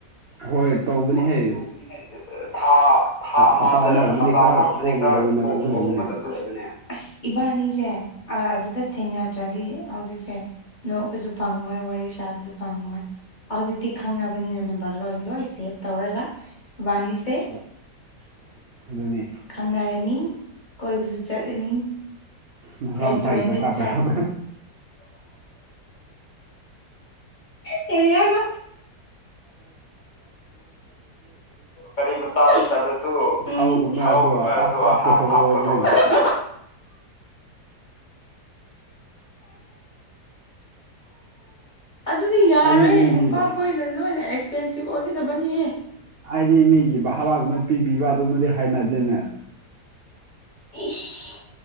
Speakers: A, on the right (about 85°); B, on the left (about 30°).
A: ꯍꯣꯏ ꯇꯧꯕꯅꯤꯍꯦ
B: ꯍꯣꯏ ꯇꯧꯕꯅꯤ ꯍꯥꯏ ꯊꯥ ꯊꯥ ꯑꯃꯗ
A: ꯍꯞꯇꯥ ꯑꯃꯒꯨꯝꯕꯗꯤ
B: ꯍꯞꯇꯥ
A: ꯈꯔ
B: ꯑꯃꯒ ꯑꯃꯗꯤ
A: ꯀꯣꯛ
B: ꯈꯔ
A: ꯉꯧꯕ ꯃꯇꯝꯁꯨ
B: ꯀꯣꯛ ꯉꯥꯎꯕ
A: ꯂꯩꯕꯅꯦ
B: ꯃꯇꯝꯁꯨ ꯂꯩꯕꯅꯦ ꯑꯁ ꯏꯕꯥꯅꯤꯁꯦ ꯑꯗꯨꯗ ꯊꯦꯡꯅꯗ꯭ꯔꯗꯤ ꯍꯧꯖꯤꯛꯁꯦ ꯅꯣꯛꯄꯁꯨ ꯐꯪꯉꯣꯏ ꯋꯥꯔꯤ ꯁꯥꯕꯁꯨ ꯐꯪꯉꯣꯏ ꯍꯧꯖꯤꯛꯇꯤ ꯈꯪꯉꯕꯅꯤꯅ ꯅꯝꯕꯔ ꯂꯣꯏ ꯂꯣꯏꯁꯤ ꯁꯦꯚ ꯇꯧꯔꯒ ꯏꯕꯥꯅꯤꯁꯦ
A: <unintelligible> ꯑꯗꯨꯅꯤ
B: ꯈꯪꯅꯔꯅꯤ ꯀꯣꯏꯕꯁꯨ ꯆꯠꯂꯅꯤ
A: ꯃꯁꯥ
B: ꯔꯦꯁꯇꯨꯔꯦꯟꯗ
A: ꯃꯁꯥꯒꯤ ꯄꯩꯁꯥ
B: ꯆꯪ
A: ꯄꯨꯊꯣꯛ
B: ꯀꯔꯤ ꯍꯥꯏꯕ ꯒꯥꯔꯤ ꯃꯆꯥꯗ ꯆꯠꯂꯁꯨ ꯎꯝ
A: ꯊꯥꯎꯒꯨꯝꯕꯗꯣ
B: ꯊꯥꯎꯒꯨꯝꯕ
A: ꯍꯥꯐ
B: ꯑꯗꯣ
A: ꯍꯥꯐ
B: ꯍꯥꯞ
A: ꯄꯨꯊꯣꯛꯀꯗꯕꯅꯦ
B: ꯍꯥꯞ ꯄꯨꯊꯣꯛꯂꯒ ꯑꯗꯨꯗꯤ ꯌꯥꯔꯣꯏꯍꯦ
A: ꯍꯥꯏꯗꯤ ꯃꯤꯒꯤ
B: ꯅꯨꯨꯄꯥꯈꯣꯏꯅ ꯂꯣꯏꯅ ꯑꯦꯛꯁꯄꯦꯟꯁꯤꯞ ꯑꯣꯏꯒꯗꯕꯅꯤꯍꯦ
A: ꯑꯩꯗꯤ ꯃꯤꯒꯤ ꯚꯔꯥꯒꯨꯝꯕ ꯄꯤꯕꯤꯕ ꯑꯗꯨꯒꯨꯝꯕꯗꯤ ꯍꯩꯅꯗꯦꯅꯦ
B: ꯏꯁ